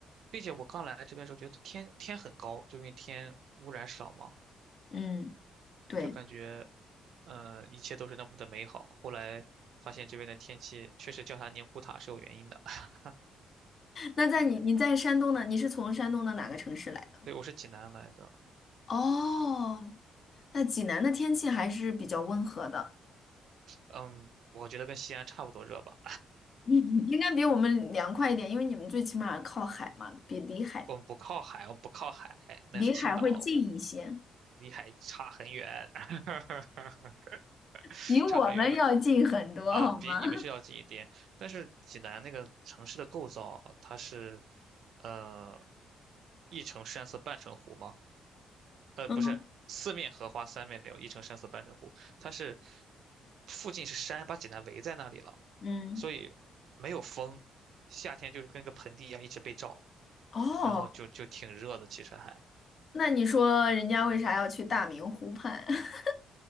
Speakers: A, on the right; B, on the left.
A: 并且我刚来这边的时候觉得天天很高，就因为天污染少嘛，
B: 嗯，对。
A: 就感觉，呃，一切都是那么的美好。后来发现这边的天气确实叫它宁古塔是有原因的。<laughs>
B: 那在你你在山东呢？你是从山东的哪个城市来的？
A: 对，我是济南来的，
B: 哦，那济南的天气还是比较温和的。
A: 嗯，我觉得跟西安差不多热吧。
B: 嗯应该比我们凉快一点，因为你们最起码靠海嘛，比离海
A: 我们不靠海，我们不靠海，那是青岛，
B: 离海会近一些，
A: 我离海差很远，<laughs>
B: 比我们要近很多，
A: 差很远的。啊，
B: 好吗？
A: 比你们是要近一点，但是济南那个城市的构造，它是，呃，一城山色半城湖吗？呃，
B: 嗯
A: 不是，四面荷花三面柳，一城山色半城湖。它是附近是山，把济南围在那里了，
B: 嗯，
A: 所以没有风，夏天就是跟个盆地一样一直被照，
B: 哦，
A: 然后就就挺热的。其实还，
B: 那你说人家为啥要去大明湖畔？<laughs>